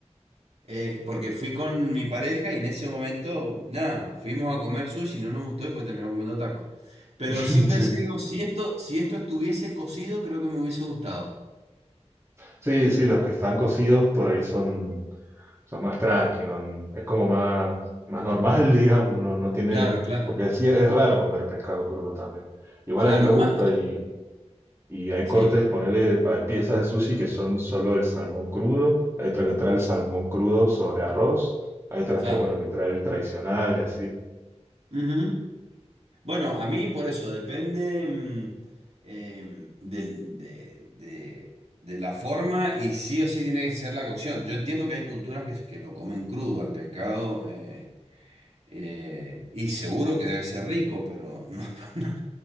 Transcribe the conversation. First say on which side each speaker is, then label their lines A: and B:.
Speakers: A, on the right; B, on the right.
A: eh, porque fui con mi pareja y en ese momento, nada, fuimos a comer sushi, no nos gustó y pues terminamos comiendo tacos. Pero
B: sí.
A: sí pensé, digo, si esto, si esto estuviese cocido, creo que me hubiese gustado.
B: Sí, sí, los que están cocidos por ahí son son más tranqui, no- es como más, más normal, <laughs> digamos, no, no tiene,
A: Claro, claro,
B: porque sí es raro comer pescado crudo también. Igual
A: claro.
B: a mí me gusta
A: Ma-
B: y, y hay
A: sí,
B: cortes, ponele, va, hay piezas de sushi que son solo el salmón crudo, hay otra que trae el salmón crudo sobre arroz, hay otras
A: claro.
B: que, bueno, que trae el tradicional y así.
A: Ujú. Bueno, a mí por eso depende mm, em, del- de, de- de la forma y sí o sí tiene que ser la cocción. Yo entiendo que hay culturas que, que lo comen crudo al pescado. eh, Eh, y seguro que debe ser rico, pero no, <laughs> no.